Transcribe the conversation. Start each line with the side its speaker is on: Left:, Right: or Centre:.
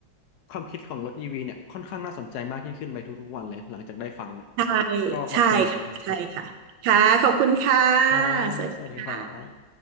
Left: ความคิดของรถอีวีเนี่ยค่อนข้างน่าสนใจมากยิ่งขึ้นไปทุกๆวันเลยหลังจากได้ฟังเนี่ย
Right: ใช่
Left: ก็ขอบคุณอีกนะครับครับ
Right: ใช่ค่ะใช่ค่ะค่ะขอบคุณค่ะ
Left: ส
Right: สวัสดีค่ะ
Left: วัสดีครับ